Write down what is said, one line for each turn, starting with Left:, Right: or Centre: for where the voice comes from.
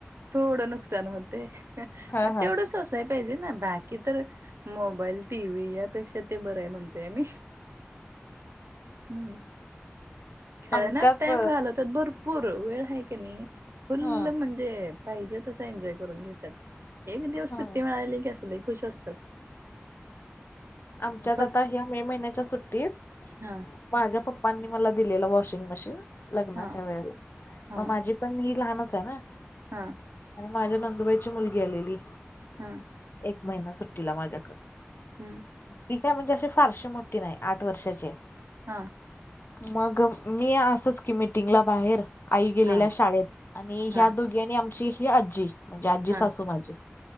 Right: थोडं नुकसान होतय
Left: हा
Right: मग तेवढं
Left: हा.
Right: सोसा - य पाहिजे ना बाकी तर मोबाईल टी व्ही यापेक्षा ते बराय म्हणतोय आम्ही हम्म खेळन्यात
Left: आमच्यात
Right: टाईम घालवत्यात भर - पूर वेळ हाय की नई फुल्ल
Left: हा
Right: म्हणजे पाहिजे तस एन्जॉय करून घेत्यात एक दिवस
Left: हा
Right: सुट्टी मिळाली की अस लई खुश असत्यात
Left: आमच्यात
Right: फक्त
Left: आता ह्या मे महिन्याच्या सुट्टीत --
Right: हा.
Left: माझ्या पप्पांनी मला दिलेला वॉशिंग मशीन लग्नाच्या
Right: हा
Left: वेळेला
Right: हा
Left: म माझी पण ही लहानच आहे ना.
Right: हा.
Left: आणि माझ्या नंदुबाईची मुलगी आलेली
Right: हा
Left: एक महिना सुट्टीला माझ्याकड
Right: हम्म.
Left: ती काय म्हणजे अशी फारशी मोठी नाही आठ वर्षाचीय -
Right: हा.
Left: मग मी असच की मीटिंगला बाहेर आई गेलेल्या
Right: हा
Left: शाळेत आणि
Right: हा
Left: ह्या दोघी आणि आमची ही आजी म्हणजे आजी
Right: हा
Left: सासू माझी